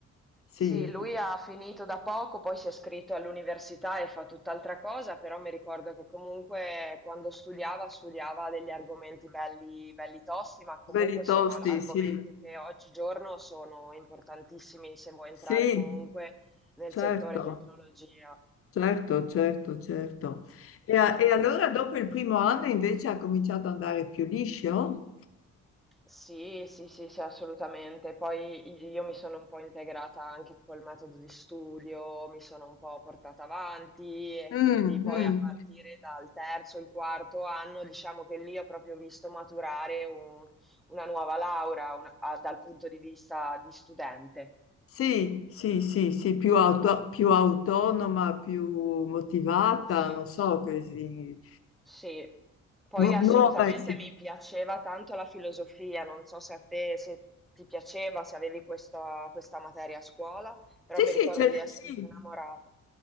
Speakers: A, on the left (about 50°); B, in the centre.
A: Sì,
B: Sì, lui ha finito da poco, poi si è iscritto all'università e fa tutt'altra cosa, però mi ricordo che comunque quando studiava, studiava degli argomenti belli, belli tosti, ma comunque
A: belli
B: sono
A: tosti,
B: argomenti
A: sì.
B: che oggigiorno sono importantissimi se vuoi entrare
A: Sì,
B: comunque nel
A: certo.
B: settore tecnologia.
A: Certo, certo, certo. E, a- e allora dopo il primo anno invece ha cominciato ad andare più liscio?
B: Sì, sì, sì, sì, assolutamente. Poi i- io mi sono un po' integrata anche col metodo di studio, mi sono un po' portata avanti e
A: Mm,
B: quindi poi
A: mm.
B: a partire dal terzo, il quarto anno, diciamo che lì ho proprio visto maturare un- una nuova laurea una- a- dal punto di vista di studente.
A: Sì, sì, sì, sì, più, auto- più autonoma, più motivata,
B: Sì.
A: non so, così.
B: Sì, poi
A: Nu-
B: assolutamente
A: nuova, sì.
B: mi piaceva tanto la filosofia, non so se a te se ti piaceva, se avevi questa, questa materia a scuola, però
A: Sì,
B: mi
A: sì,
B: ricordo
A: ce-
B: di essermi
A: sì,
B: innamorata.